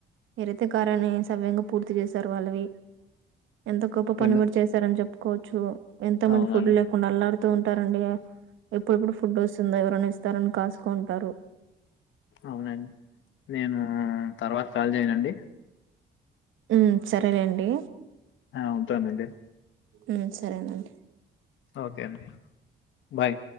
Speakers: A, on the right (about 80°); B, on the left (about 75°).
A: మీరైతే కార్యాన్ని సవ్యంగా పూర్తి జేసరు వాళ్ళవి ఎంత గొప్ప పని
B: కదా!
A: గూడా చేసరని చెప్పుకోవచ్చు ఎంతో మంది
B: అవునండి.
A: ఫుడ్ లేకుండా అల్లాడుతూ ఉంటారండి ఎప్పుడెప్పుడు ఫుడ్ వొస్తుందా ఎవరన్న ఇస్తారని కాస్కుంటారు
B: అవునండి నేను తర్వాత కాల్ జేయన అండి
A: ఉ సరేలేండి
B: ఆ ఉంటానండి
A: ఉమ్ సరేనండి
B: ఓకే అండి బాయ్